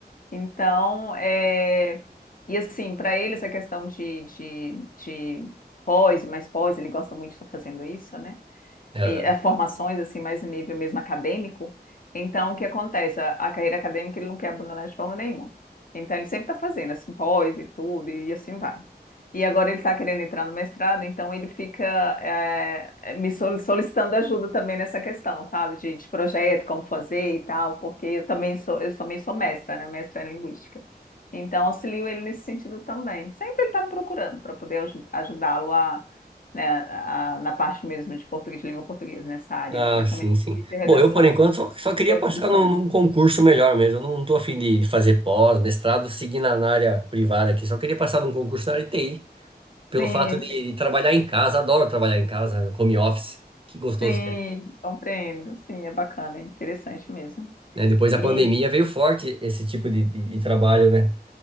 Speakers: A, on the left; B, on the right.
A: Então, é... e assim, para ele essa questão de, de, de pós, e mais pós, ele gosta muito de estar fazendo isso, né?
B: É,
A: e, é, formações assim mais em nível mesmo acadêmico. Então, o que acontece? A, a carreira acadêmica ele não quer abandonar de forma nenhuma. Então, ele sempre está fazendo assim pós e tudo e assim vai. E agora ele está querendo entrar no mestrado, então ele fica é, me soli- solicitando ajuda também nessa questão, sabe? De, de projeto, como fazer e tal, porque eu também sou, eu também sou mestra, né? Mestra em linguística. Então, auxilio ele nesse sentido também. Sempre ele está me procurando para poder aju- ajudá-lo a né, a- na parte mesmo de português, de língua portuguesa, nessa área,
B: Ah,
A: principalmente
B: sim, sim.
A: de redação,
B: Bom, eu por enquanto só, só queria
A: produção.
B: passar num, num concurso melhor mesmo. Eu não, não tô afim de fazer pós, mestrado, seguir na, na área privada aqui. Só queria passar num concurso na área de TI, pelo
A: Sim,
B: fato de, trabalhar em casa. Adoro trabalhar em casa, home office. Que gostoso
A: sim,
B: que é,
A: compreendo. Sim, é bacana, é interessante mesmo.
B: né? Depois da
A: E
B: pandemia veio forte esse tipo de, de- de trabalho, né?